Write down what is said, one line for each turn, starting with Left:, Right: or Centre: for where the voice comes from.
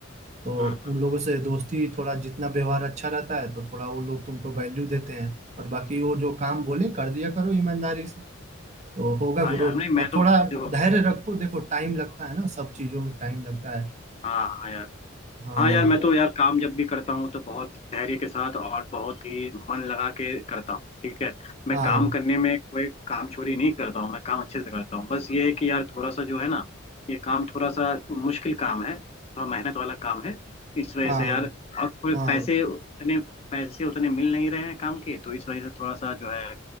Right: तो
Left: हम्म हम्म
Right: उन लोगों से दोस्ती थोड़ा जितना व्यवहार अच्छा रहता है तो थोड़ा वो लोग तुमको वैल्यू देते हैं और बाकी वो जो काम बोले कर दिया करो ईमानदारी से तो होगा
Left: हाँ
Right: ग्रोथ
Left: यार नहीं
Right: और
Left: मैं तो
Right: थोड़ा
Left: देखो
Right: धैर्य रखो देखो टाइम लगता है ना सब चीजों में टाइम लगता है
Left: हाँ हाँ यार
Right: हाँ
Left: हाँ यार मैं तो यार काम जब भी करता हूँ तो बहुत धैर्य के साथ और बहुत ही मन लगा के करता हूँ ठीक है मैं
Right: हाँ
Left: काम करने में कोई काम चोरी नहीं करता हूँ मैं काम अच्छे से करता हूँ बस ये है कि यार थोड़ा सा जो है ना ये काम थोड़ा सा मुश्किल काम है थोड़ा मेहनत वाला काम है इस वजह
Right: हाँ
Left: से यार और थोड़े
Right: हाँ
Left: पैसे उतने पैसे उतने मिल नहीं रहे हैं काम के तो इस वजह से थोड़ा सा जो है